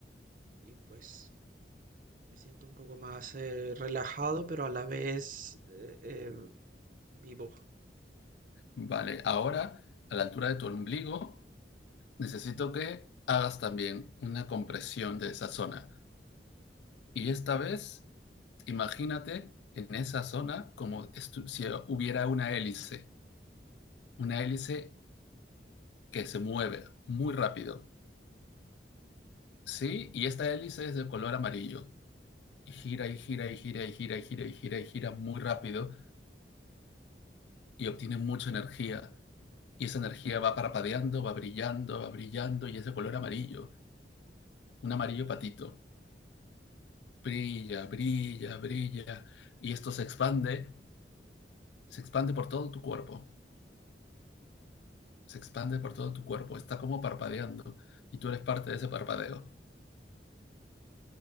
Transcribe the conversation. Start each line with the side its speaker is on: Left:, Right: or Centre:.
Right: y pues Me siento un poco más eh, relajado, pero a la vez eh, eh, vivo.
Left: Vale, ahora, a la altura de tu ombligo, necesito que hagas también una compresión de esa zona. Y esta vez, imagínate en esa zona como estu- si hubiera una hélice, una hélice que se mueve muy rápido. Sí, y esta hélice es de color amarillo. Y gira y gira y gira y gira y gira y gira y gira muy rápido y obtiene mucha energía. Y esa energía va parpadeando, va brillando, va brillando y es de color amarillo, un amarillo patito. Brilla, brilla, brilla. Y esto se expande, se expande por todo tu cuerpo, se expande por todo tu cuerpo, está como parpadeando y tú eres parte de ese parpadeo.